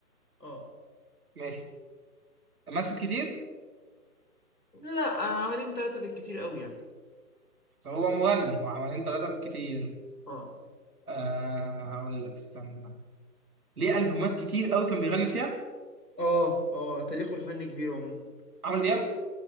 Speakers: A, on the left; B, on the right.
A: اه
B: ماشي ممثل كتير
A: لا عملين ثلاثة بالكتير قوي يعني
B: بس هو مغني هو حوالين ثلاثة بالكتير
A: اه
B: أه هقول لك استنى بقى. ليه ألبومات كتير قوي كان بيغني فيها
A: اه اه تاريخه الفني كبير عموما
B: عمرو دياب